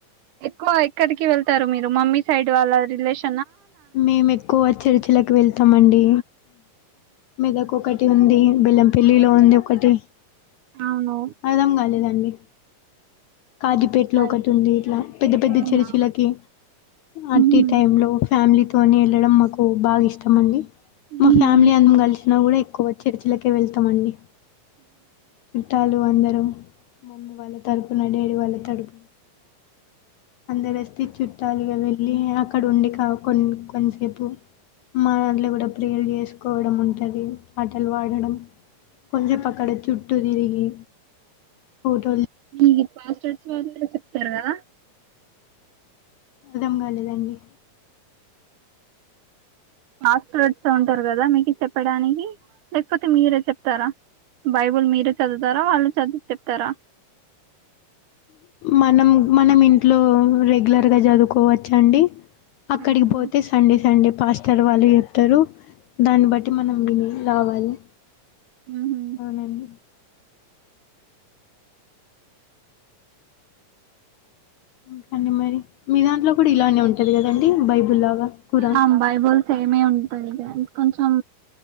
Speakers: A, on the right (about 70°); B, on the left (about 80°).
A: ఎక్కువ ఎక్కడికి వెళ్తారు మీరు మమ్మీ సైడ్ వాళ్ళ రిలేషన్
B: మేము ఎక్కువ చెర్చిలకు వెళ్ తమండి మెదక్ ఒకటి ఉంది, బెల్లంపెల్లిలో ఉంది ఒకటి.
A: అవును
B: అర్థం కాలేదండి. కాజిపేట్లో
A: అది
B: ఒకటి ఉంది, ఇట్లా పెద్ద పెద్ద
A: అవునా
B: చెర్చిలకి అట్టి
A: ఉహు.
B: టైం లో ఫ్యామిలీ తో తోని వెళ్ళడం మాకు బాగా ఇష్టం అండి.
A: ఉహు.
B: మా ఫ్యామిలీ అందరం కలిసి అయినా కూడా ఎక్కువ చర్చిలకే వెళ్తామండి. చుట్టాలు అందరూ మమ్మీ వాళ్ళ తరపు డాడి వాళ్ళ తడుపు అందరస్తి చుట్టాలిగా వెళ్ళి అ అక్కడ ఉండి కా కొన్ని కొంతసేపు మాదాట్లో కూడా ప్రేయర్ చేసు కోవడం ఉంటది. పాటలు పాడడం కొంచసేపు అక్కడ చుట్టూ తిరిగి ఫోటోలు
A: హీ పాస్టర్స్ వాళ్ళే చెప్తారా.
B: అర్థం కాలేదండి.
A: పాస్టర్స్ ఉంటరు కదా మీకి చెప్పడానికి లేకపోతే మీరే చెప్తరా. బైబుల్ మీరే చదువుతారా, వాళ్ళు చదివి చెప్తారా.
B: మనం మనం ఇంట్లో రెగ్యులర్గా చదువుకోవచ్చు అండి. అక్కడికి
A: ఉహు.
B: పోతే సండే సండే పాస్టర్ వాళ్ళు చెప్తరు దాన్ని బట్టి మనం విని రావాలి
A: ఉహు.
B: అవునండి. ఇంకా అండి మరి. మీ దాంట్లో కూడా ఇలానే ఉంటది కదండి బైబుల్ లాగా. ఖురాన్
A: ఆ బైబుల్ సేమే ఉంటది కానీ కొంచెం